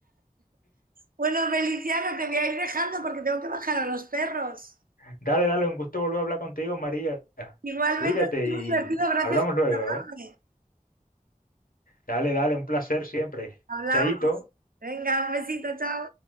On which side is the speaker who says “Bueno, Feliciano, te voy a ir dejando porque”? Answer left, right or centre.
Right